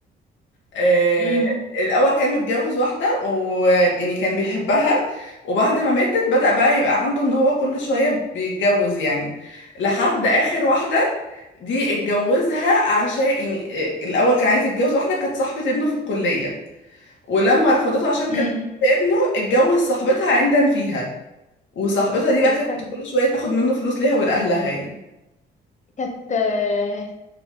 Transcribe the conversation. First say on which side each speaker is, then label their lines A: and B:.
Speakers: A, on the left; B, on the left.
A: آه
B: امم
A: الاول كان متجوز واحده ويعني كان بيحبها وبعد ما ماتت بدأ بقى يبقى عنده ان هو كل شويه بيتجوز يعني لحد اخر واحده دي اتجوزها عشان يعني آه، الاول كان عايز يتجوز واحده كانت صاحبه ابنه في الكليه ولما رفضته عشان
B: امم
A: كانت بنت ابنه اتجوز صاحبتها عندا فيها وصاحبتها دي بقى
B: استنى
A: كانت كل شويه تاخد منه فلوس ليها ولاهلها يعني
B: كانت آه،